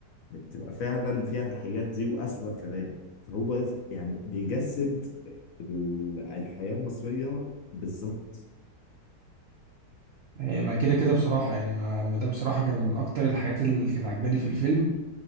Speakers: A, on the left (about 65°); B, on the right (about 75°).
A: بتبقى فعلا فيها الحاجات دي وأسوأ كمان فهو يعني بيجسد ال- الحياة المصرية بالظبط
B: يعني ما كده كده بصراحة يعني ما ما ده بصراحة كان من أكتر الحاجات اللي كانت عجباني في الفيلم